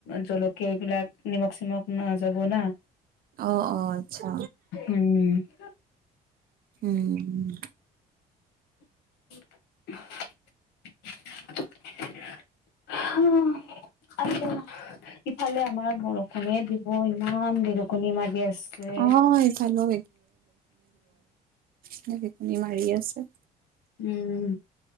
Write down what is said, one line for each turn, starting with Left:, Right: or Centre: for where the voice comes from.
Left: জলকীয়া এইবিলাক নিমখ চিমখ না যাব না
Right: অ অ আচ্ছা
Left: উম
Right: উম
Left: <unintelligible> আইয়া ইফালে আমাৰ বৰষুণে দিব ইমান ইমান ঢেৰেকণি মাৰি আছে
Right: অ', ইফালেও ধেৰেকণি মাৰি আছে
Left: উম